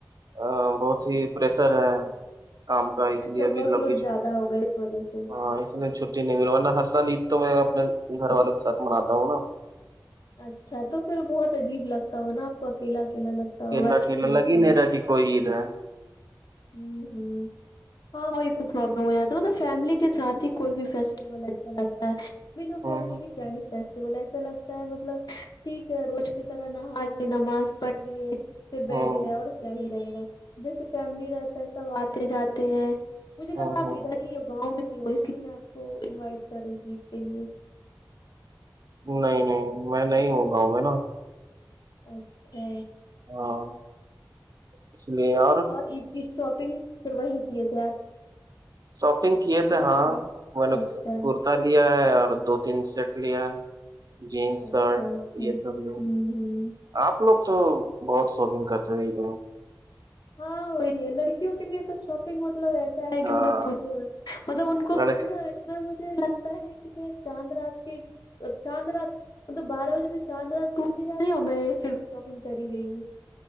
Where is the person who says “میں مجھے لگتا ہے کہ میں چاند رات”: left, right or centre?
Left